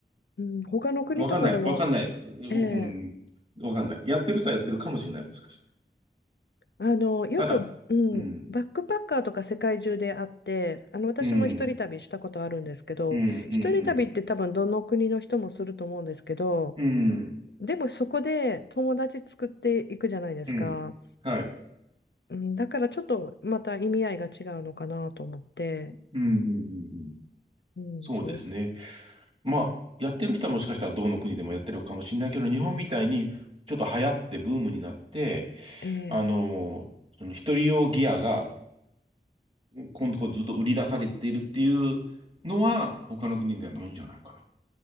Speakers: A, on the left (about 80°); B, on the right (about 30°).
A: うん、他の国とかでは、
B: わかんない。わかんない。僕、
A: ええ
B: うん、わかんない。やってる人はやってるかもしれない。もしかした
A: あの、よく、
B: ら。ただ、
A: うん、
B: うん、
A: バックパッカーとか世界中であって、あの、私も一人旅したことあるんですけど、
B: うん、うん、うん、
A: 一人旅って多分どの国の人もすると思うんですけど、
B: うん、うん、
A: でもそこで友達作っていくじゃないですか。
B: うん、はい。
A: うん、だからちょっとまた意味合いが違うのかなと思って、
B: うん、うん、うんうん。
A: うん、
B: そうですね。
A: そうす、
B: まあ、やってる人はもしかしたらどの国でもやってるかもしれないけど、日本みたいにちょっと流行ってブームになって、
A: ええ
B: あの、その一人用ギアが今度ずっと売り出されているっていうのは、他の国ではないんじゃないかな。